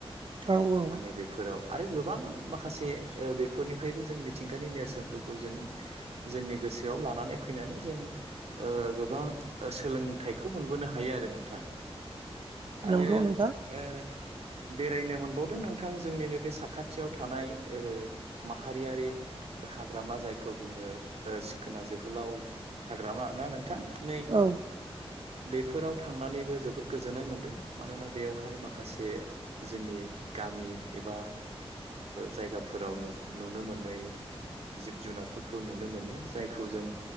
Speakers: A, on the right; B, on the right.
A: औ औ
B: माने बेफोराव आरो गोबां माखासे बेफोरनिफ्रायबो जों मिथिंगानि नेरसोनफोरखौ जोङो जोंनि गोसोआव लानानै फैनानै जों ओगोबां सोलोंथाइखौ मोनबोनो हायो आरो नोंथां। आरो
A: नंगौ नोंथां
B: ओ बेरायनो मोनबावदों नोंथां जोंनिनो बे साखाथियाव थानाय ओ माहारियारि हाग्रामा जायखौ बुङो ओ सिखोना जोहोलाव हाग्रामा ना नोंथां नै
A: औ
B: बेफोराव थांनानैबो जोबोद गोजोननाय मोन्दों। मानोना बेयावहाय माखासे जोंनि गामि एबा जायगाफोराव नुनो मोनै जिब जुनारफोरखौ नुनो मोनो जायखौ जों